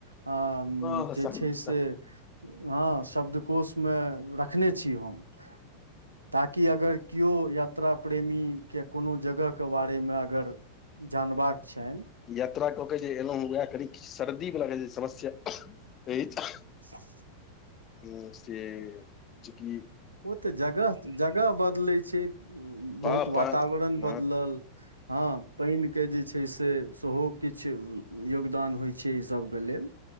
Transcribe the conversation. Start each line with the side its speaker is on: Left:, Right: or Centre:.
Right: हाँ आ
Left: हँ
Right: जे छै से हाँ शब्दकोशमे रखने छी हम ताकि अगर केओ यात्रा प्रेमी के कोनो जगह के बारेमे अगर जानबाक छनि
Left: यात्रा कऽ के जे एलहूँ उएह कनि किछु सर्दी बला के जे समस्या अछि
Right: <inaudible>
Left: हूँ से चूकि
Right: ओ तऽ जगह जगह बदलै छै
Left: पा
Right: बहुत वातावरण
Left: पा हँ
Right: बदलल हाँ पानिके जे छै से सेहो किछु योगदान होइ छै एहि सभके लेल